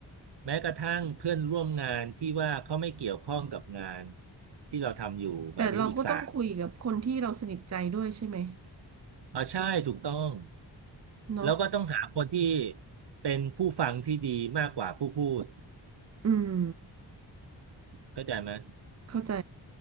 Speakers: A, on the right; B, on the right.
A: แม้กระทั่งเพื่อนร่วมงานที่ว่าเขาไม่เกี่ยวข้องกับงานที่เราทำอยู่หมายถึงอีกศาสตร์
B: แต่เราก็ต้องคุยกับคนที่เราสนิทใจด้วยใช่ไหม
A: อ๋อใช่ถูกต้อง
B: เนาะ
A: แล้วก็ต้องหาคนที่เป็นผู้ฟังที่ดีมากกว่าผู้พูด
B: อืม
A: เข้าใจไหม
B: เข้าใจ